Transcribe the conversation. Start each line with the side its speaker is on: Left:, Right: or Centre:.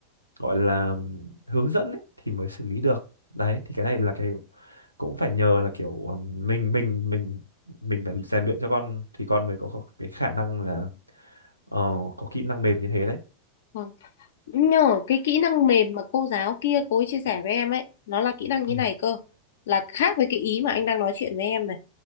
Right: gọi là ừm, hướng dẫn ấy, thì mới xử lý được đấy thì cái này là cái cũng phải nhờ là kiểu ừm, mình mình mình mình phải rèn luyện cho con thì con mới có, có cái khả năng là ờ, có kỹ năng mềm như thế đấy
Left: Vâng. nhờ cái kỹ năng mềm mà cô giáo kia cô ấy chia sẻ với em ấy nó là kỹ năng như
Right: ừ
Left: này cơ là khác với cái ý mà anh đang nói chuyện với em này